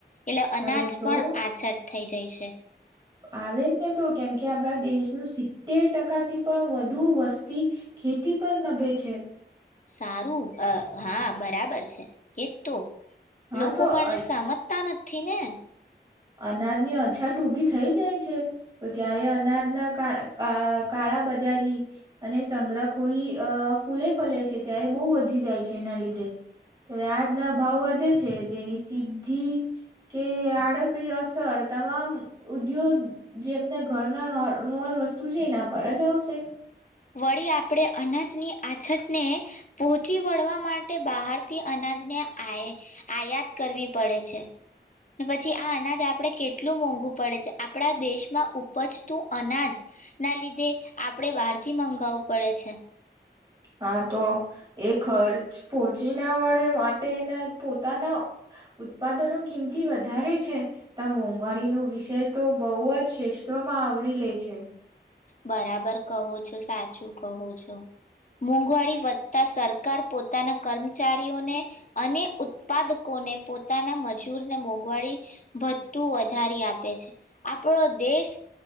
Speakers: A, on the left; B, on the right.
A: એટલે અનાજ
B: અરે
A: પણ
B: તો
A: આછળ થઈ જઈ છે.
B: આવે જ ને તો કેમ કે આપડા દેશનું સી તેર ટકાથી પણ વધુ વસ્તી ખેતી પર નભે છે.
A: સારું હા બરાબર છે એજ તો.
B: હા
A: લોકો
B: તો
A: પણ
B: અ
A: સમજતા નથી ને
B: અનાજની અછત ઉભી થઈ જાય છે તો ત્યારે અનાજના કાળા અ કાળા બજારી અને સંગ્રહખોરી ફૂલે ફલે છે ત્યારે બો વધી જાય છે એના લીધે તો આજના ભાવ વધે છે. છે તેની સીધી કે આડકરી અસર તમામ ઉદ્યોગ જે આપના ઘરના <unintelligible> વસ્તુ છે એના પર જ આવશે.
A: વળી આપણે અનાજની આછતને પહોંચી વળવા માટે બહારથી અનાજને આય આયાત કરવી પડે છે. પછી આના જ આપડે કેટલું મોંઘું પડે છે. આપણા દેશમાં ઉપજતું અનાજના લીધે આપણે બાર થી મંગાવવું પડે છે.
B: હા તો એ ખર્ચ પહોચી ના વળે માટેના પોતાના ઉત્પાદનો કિંમતી વધારે છે ત્યા મોંઘવારીનો વિષય તો બહુ જ ક્ષસ્ત્રોમાં આવરી લે છે.
A: બરાબર કહો છો. સાચું કહો છો. મોંઘવારી વધતા સરકાર પોતાના કર્મચારીઓને અને ઉત્પાદકોને પોતાના મજૂરને મોંઘવાડી વધતું વધારી આપે છે. આપણો દેશ